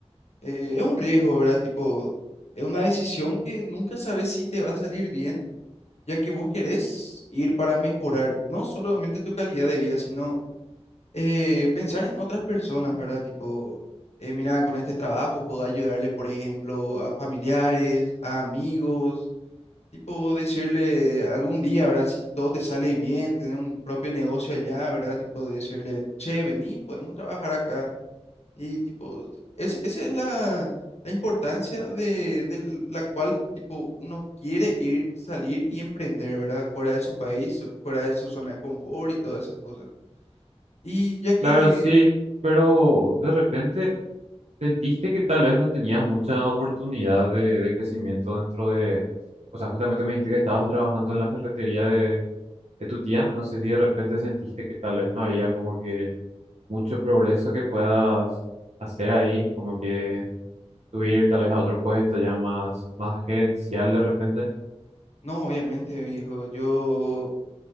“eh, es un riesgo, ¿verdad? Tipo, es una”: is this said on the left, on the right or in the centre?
Left